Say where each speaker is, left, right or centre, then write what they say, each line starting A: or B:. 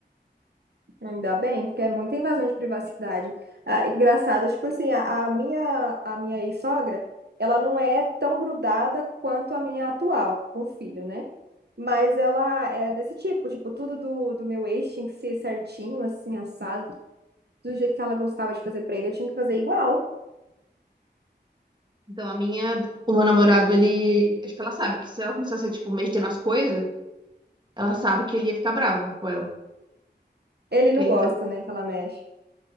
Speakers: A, on the right; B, on the right.
A: Ainda bem, porque é muita invasão de privacidade. Ah, engraçado, tipo assim, a, a minha, a minha ex-sogra, ela não é tão grudada quanto a minha atual, com o filho, né? Mas ela é desse tipo, tipo, tudo do, do meu ex tinha que ser certinho, assim, assado, do jeito que ela gostava de fazer pra ele, eu tinha que fazer igual.
B: Então, a minha, o meu namorado, ele. Acho que ela sabe que se ela começasse a, tipo, mexer nas coisas, ela sabe que ele ia ficar bravo com ela.
A: Ele
B: Que
A: não
B: ele
A: gosta,
B: te-
A: né, que ela mexe.